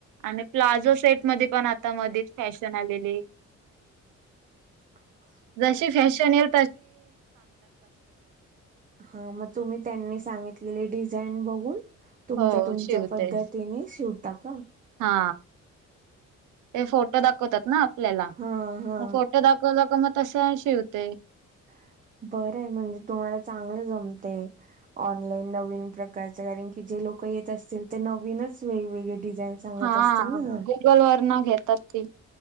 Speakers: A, on the right; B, on the right.
A: आणि प्लाझो सेट मध्ये पण आता मध्येच फॅशन आलेले
B: ह
A: जशी फॅशनल
B: हा मग तुम्ही त्यांनी सांगितले बघून तुमच्या
A: हो
B: तुमच्या
A: शिवते
B: पद्धतीने शिवता का
A: हा ते फोटो दाखवतात ना आपल्याला
B: हा हा
A: मग फोटो दाखव दाखव मग तसं शिवते
B: ह बर म्हणजे तुम्हाला चांगलं जमते ऑनलाईन नवीन प्रकारच कारण की ज लोक येत असतील ते नवीनच वेगवेगळे डिझाईन सांगत
A: हा
B: असतील ना
A: गुगल वर न घेतात ती